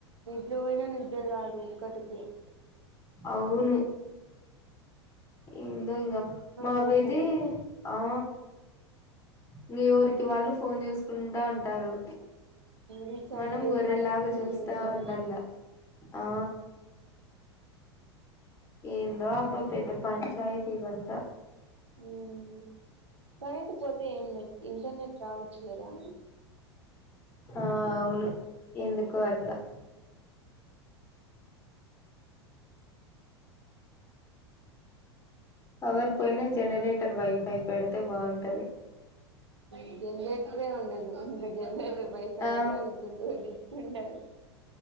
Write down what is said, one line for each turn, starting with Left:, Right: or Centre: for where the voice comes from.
Right: నిద్రవోయినా నేను రాదు ఒక్కడికి
Left: అవును ఏందో ఇంగ మాకైతే
Right: తోచదు
Left: ఆ ఇంగ‌ ఎవరికి వాళ్ళు ఫోన్ చూసుకుంటా ఉంటారు
Right: రీచార్జ్
Left: మనం
Right: లేదు
Left: గొర్రెలాగా
Right: కాబట్టి గమ్ముగుంటాం
Left: చూస్తా ఉండల్ల ఆ ఏందో అబ్బా పెద్ద పంచాయతీ తీ ఇవంతా
Right: ఉమ్ కరెంట్ పోతే ఏం నెట్ ఇంటర్నెట్ రావచ్చు గదా
Left: ఆ అవును ఎందుకో అట్లా పవర్ పోయినా జనరేటర్ వైఫై పెడితే బాగుంటది
Right: ఇది ఎందే ఇ ఉండదు ఇంకా జమ్మే ఇవైఫై
Left: ఆ
Right: అంటే అళ్ళ గుండు పడ్టిచ్చు ఉంటది